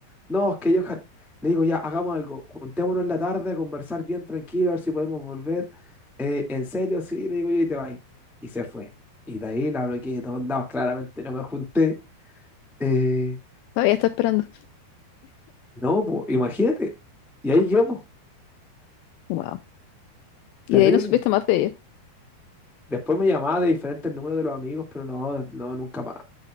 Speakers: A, in the centre; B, on the left.
A: No, es que Johan, le digo, ya, hagamos algo, juntémonos en la tarde a conversar bien tranquilo, a ver si podemos volver. Eh, en serio, sí, le digo, yo y te vas. Y se fue. Y de ahí la bloqueé de todos lados, claramente no me junté. eh,
B: Todavía está esperando.
A: no, po, imagínate. Y ahí yo, po,
B: Wow. Y
A: terrible.
B: de ahí no supiste más de ella.
A: Después me llamaba de diferentes números de los amigos, pero no, no, nunca más.